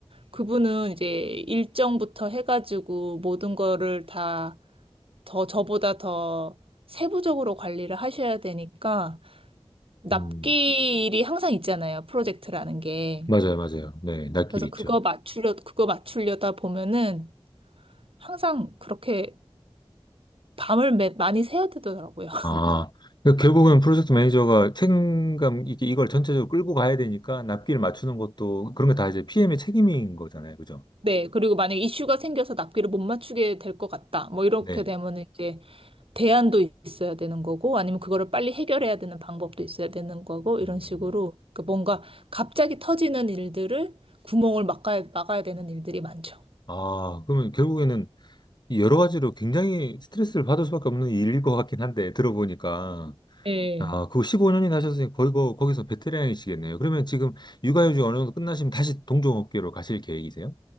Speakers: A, on the right; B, on the left.
A: 그분은 이제 일정부터 해가지고 모든 거를 다 더 저보다 더 세부적으로 관리를 하셔야 되니까 납기일이
B: 음,
A: 항상 있잖아요. 프로젝트라는 게.
B: 맞아요, 맞아요. 네, 낯길
A: 그래서
B: 있죠.
A: 그거 맞추려 그거 맞추려다 보면은 항상 그렇게 밤을 매- 많이 새야 되더라고요. <laughs>
B: 아, 그러니까 결국은 프로젝트 매니저가 책임감, 이게 이걸 전체적으로 끌고 가야 되니까 낯길 맞추는 것도 그런 게 다 이제 PM의 책임인 거잖아요, 그죠?
A: 네. 그리고 만약 이슈가 생겨서 납기를 못 맞추게 될 것 같다. 뭐 이렇게
B: 네.
A: 되면은 이제 대안도 있어야 되는 거고 아니면 그거를 빨리 해결해야 되는 방법도 있어야 되는 거고 이런
B: 음.
A: 식으로 그 뭔가 갑자기 터지는 일들을 구멍을 막아야, 막아야 되는 일들이 많죠.
B: 아, 그러면 결국에는 여러 가지로 굉장히 스트레스를 받을 수밖에 없는 일일 것 같긴 한데, 들어보니까.
A: 네.
B: 아, 그거 15년이나 하셨으니 거의 거, 거기서 베테랑이시겠네요. 그러면 지금 육아휴직 어느 정도 끝나시면 다시 동종업계로 가실 계획이세요?